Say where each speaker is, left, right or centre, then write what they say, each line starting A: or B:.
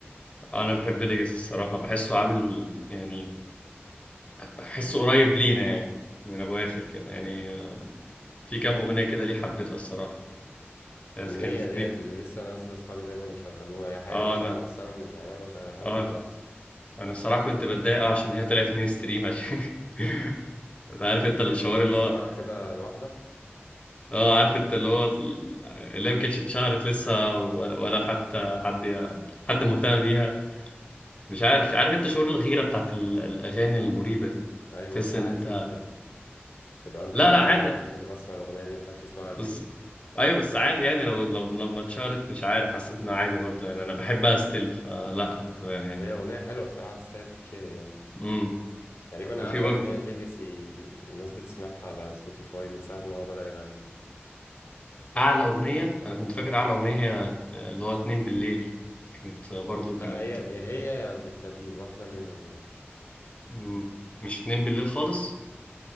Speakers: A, on the left; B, on the left.
A: انا بحب ليجاسي الصراحه بحسه عامل يعني بحسه قريب لينا يعني من ابو اخر كده يعني في كام اغنيه كده ليه حبيتها الصراحه بس
B: النية
A: كانت اتنين
B: ديت اللي لسه نازلة صحابي دايما يشغلوها هي حلوة
A: اه
B: بصراحة
A: انا
B: بس انا م- يعني انا ما بشغلهاش
A: اه
B: مع نفسي
A: انا الصراحه كنت بتضايق اه عشان هي طلعت مين ستريم عشان <laughs> انت عارف انت
B: انت
A: الشعور
B: ايه كنت بتسمعها
A: اللي هو
B: كده لوحدك
A: اه عارف انت اللي هو اللي هي ما كانتش اتشهرت لسه ولا ولا حتى حد حد مهتم بيها مش عارف عارف انت شعور الغيره بتاعت ال- الاغاني المريبه دي
B: ايوه
A: تحس
B: انت
A: ان
B: عايز
A: انت
B: انت تبقى انت
A: لا
B: اللي
A: لا
B: هو
A: عادي
B: انا الوحيد اللي بسمع الاغنيه دي محدش يسمعها
A: بز...
B: غيري
A: ايوه بس عادي يعني لو لو لما اتشهرت مش عارف حسيت انها عادي برضه يعني انا بحبها ستيل فلا انا تمام يعني
B: هي اغنيه حلوه بصراحه تستاهل تتشهر يعني
A: امم
B: تقريبا
A: وفي
B: اعلى
A: برضه
B: اغنيه الليجاسي الناس بتسمعها على سبوتيفاي من ساعه ما هو بدأ يغني
A: اعلى اغنيه انا كنت فاكر اعلى اغنيه هي آه، اللي هو اتنين بالليل كانت برضو
B: لا
A: كانت
B: هي يا هي يا بتدين واحده منهم يعني
A: مم، مش اتنين بالليل خالص